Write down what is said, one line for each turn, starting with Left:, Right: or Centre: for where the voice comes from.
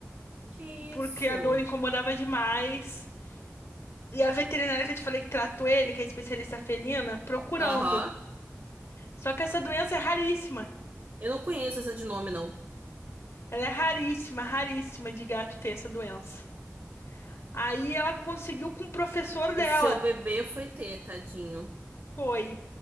Right: Que
Left: porque
Right: isso?
Left: a dor incomodava demais. E a veterinária que eu te falei que tratou ele, que é especialista felina, procurando.
Right: Aham.
Left: Só que essa doença é raríssima.
Right: Eu não conheço essa de nome, não.
Left: Ela é raríssima, raríssima de gato ter essa doença. Aí ela conseguiu com o professor
Right: O
Left: dela.
Right: seu bebê foi ter, tadinho.
Left: Foi.